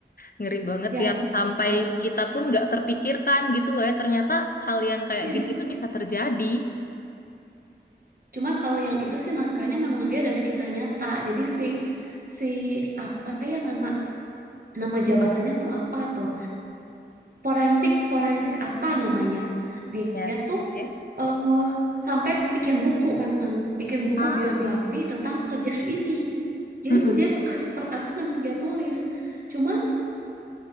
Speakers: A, on the left; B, on the right.
A: ngeri banget
B: ya
A: yang sampai
B: Tuh.
A: kita pun nggak terpikirkan gitu loh ya. Ternyata hal yang kayak
B: Iya.
A: gini itu bisa terjadi.
B: Cuman kalau yang itu sih naskahnya memang dia dari kisah nyata. Jadi si si apa ya nama nama jabatannya tuh apa tuh? Forensik forensik apa namanya? Dia,
A: Yes,
B: dia tuh
A: oke.
B: eh, sampai bikin buku memang bikin buku
A: Ah,
B: biografi tentang pekerjaan ini. Jadi
A: mm-mm.
B: tuh dia kasus per kasus memang dia tulis. Cuman